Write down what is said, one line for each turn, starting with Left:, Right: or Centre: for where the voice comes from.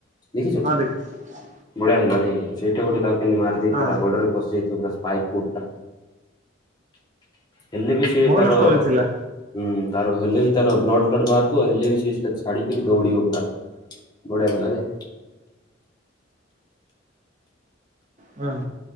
Left: ଦେଖିଛୁ?
Right: ହଁ ଦେଖିଚି।
Left: ବଢିଆ ଥିଲା ନାଇକି ସେଇଠି ଗୋଟେ ତାକୁ କେମତି ମାର୍ ଦେଇଥିବେ
Right: ହଁ।
Left: ତା ଗୋଡରେ ପଶିଯାଇଥିବ ପୁରା ସ୍ପାଇକୋପ୍ ଟା। ହେଲେ ବି ସିଏ
Right: ଭଲ
Left: ତାର
Right: ଷ୍ଟୋରି ଥିଲା
Left: ହୁଁ ତାର ହେଲେ ବି ତାର ବ୍ଲଡ୍ ଫ୍ଲଡ଼୍ ବାହାରୁଥିବ ହେଲେ ବି ସେ ଛାଡିକି ବି ଦୌଡିବ ପୁରା ବଢିଆ ଥିଲା ଯେ।
Right: ହଁ।